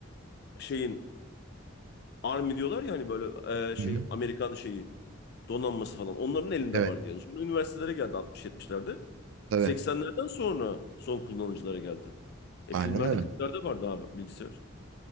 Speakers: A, on the left; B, on the right.
A: e, şeyin Army diyorlar ya hani böyle e,
B: Hı
A: şey
B: hı.
A: Amerikan şeyi donanması falan. Onların elinde
B: Evet
A: vardı yani. Sonra üniversitelere geldi 60-70'lerde.
B: tabii.
A: 80'lerden sonra son kullanıcılara geldi. E
B: Aynen
A: filmlerde
B: öyle.
A: 40'larda vardı abi bilgisayar.